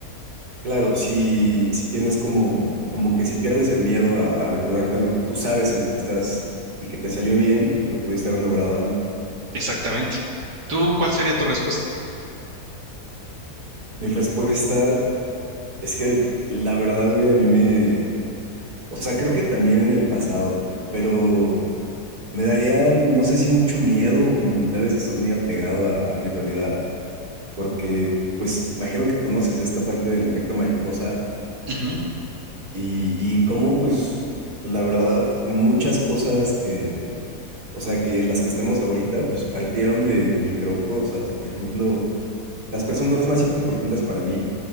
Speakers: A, on the right; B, on the right.
A: Claro, si, si tienes como, como que si pierdes el miedo a, a aventurarte a lo que tú sabes en lo que estás y que te salió bien, lo pudiste haber logrado antes.
B: Exactamente. ¿Tú cuál sería tu respuesta?
A: Mi respuesta es que la verdad, güey, a mí me, o sea, creo que también en el pasado, pero me daría, no sé si mucho miedo, como que tal vez estoy muy apegado a, a mi realidad, porque pues imagino que conoces esta parte del efecto mariposa
B: Ujú,
A: y, y cómo pues la verdad muchas cosas que O sea, que en las que estamos ahorita, pues partieron de micro cosas. Por ejemplo, las personas más importantes para mí,